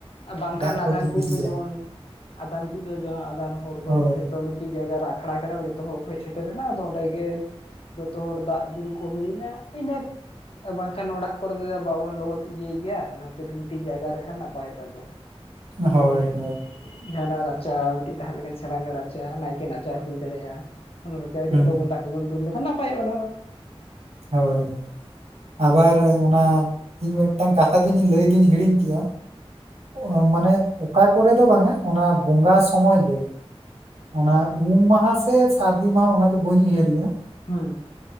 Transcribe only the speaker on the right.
ᱫᱟᱜ
ᱠᱚ ᱫᱩᱞ
ᱤᱫᱤᱭᱟ
ᱦᱳᱭ
ᱦᱳᱭ ᱦᱳᱭ
ᱦᱩᱸ
ᱦᱳᱭ, ᱟᱵᱟᱨ ᱚᱱᱟ ᱤᱧ ᱢᱤᱫᱴᱟᱝ ᱠᱟᱛᱷᱟ ᱫᱩᱧ ᱞᱟᱹᱭ ᱫᱩᱧ ᱦᱤᱲᱤᱧ ᱠᱮᱜᱼᱟ᱾ ᱚ ᱢᱟᱱᱮ ᱚᱠᱟ ᱠᱚᱨᱮ ᱫᱚ ᱵᱟᱝᱟ ᱚᱱᱟ ᱵᱚᱸᱜᱟ ᱥᱚᱢᱚᱭ ᱜᱮ ᱾ ᱚᱱᱟ ᱩᱢ ᱢᱟᱦᱟ ᱥᱮ ᱥᱟᱨᱫᱤ ᱢᱟᱦᱟ ᱚᱱᱟ ᱫᱚ ᱵᱟᱹᱧ ᱩᱭᱦᱟᱹᱨ ᱮᱭᱟ ᱾